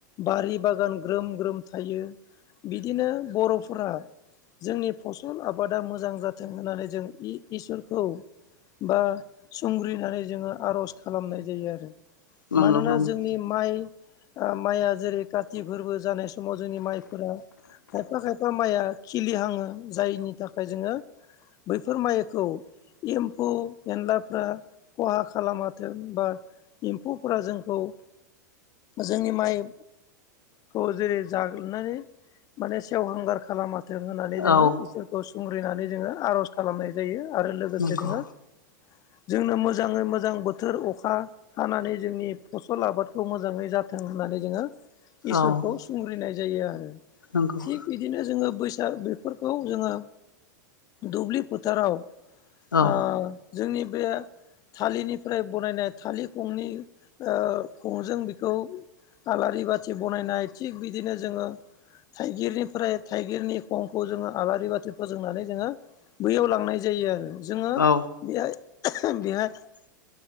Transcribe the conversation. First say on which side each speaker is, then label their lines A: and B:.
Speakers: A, on the left; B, on the left.
A: बारि बागान ग्रोम ग्रोम थायो। बिदिनो बर'फोरा जोंनि फसल आबादा मोजां जाथों होननानै जों इ इसोरखौ बा संग्रिनानै जोङो आर'ज खालामनाय जायो आरो
B: नंगौ
A: मानोना
B: नंगौ
A: जोंनि माइ माइआ जेरै काति फोरबो जानाय समाव जोंनि माइफोरा खायफा खायफा माइआ खिलि हाङो जायनि थाखाय जोङो बैफोर माइखौ एम्फौ एनलाफ्रा खहा खालामाथों बा एम्फौफोरा जोंखौ जोंनि माइ खौ जेरै जाग्रोनानै माने सेवहांगार खालामा जों होननानै जोंङो
B: औ
A: इसोरखौ सुंग्रिनानै जोंङो आर'ज खालामनाय जायो आरो लोगोसे
B: नंगौ
A: जोंङो जोंनो मोजाङै मोजां बोथोर अखा हानानै जोंनि फसल आबादखौ मोजाङै जाथों होननानै जोङो इसोरखौ
B: औ
A: सुंग्रिनाय जायो आरो।
B: नंगौ।
A: थिग बिदिनो जोङो बैसाग बेफोरखौ जोङो दुब्लि फोथाराव
B: औ
A: ओ जोंनि बे थालिरनिफ्राय बनायनाय थालिर खंनि ओ खंजों बेखौ आलारि बाथि बनायनाय थिग बिदिनो जोङो थाइगिरनिफ्राय थाइगिरनि खंखौ जोङो आलारि बाथि फोजोंनानै जोङो बैयाव लांनाय जायो आरो। जोङो
B: औ
A: बेहाय बेहाय